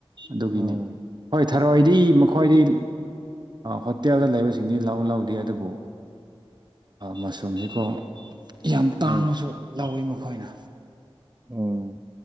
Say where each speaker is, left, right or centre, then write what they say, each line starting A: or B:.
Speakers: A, on the right (about 45°); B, on the right (about 30°).
A: ꯑꯗꯨꯒꯤꯅꯦ
B: ꯎꯝ
A: ꯍꯣꯏ ꯊꯔꯣꯏꯗꯤ ꯃꯈꯣꯏꯗꯤ ꯍꯣꯇꯦꯜꯗ ꯂꯩꯕꯁꯤꯡꯗꯤ ꯂꯧ ꯂꯧꯎꯗꯦ ꯑꯗꯨꯕꯨ ꯃꯁꯔꯨꯝꯗꯤꯀꯣ ꯌꯥꯝ ꯇꯥꯡꯉꯁꯨ
B: ꯎꯝ
A: ꯂꯧꯋꯤ ꯃꯈꯣꯏꯅ
B: ꯎꯝ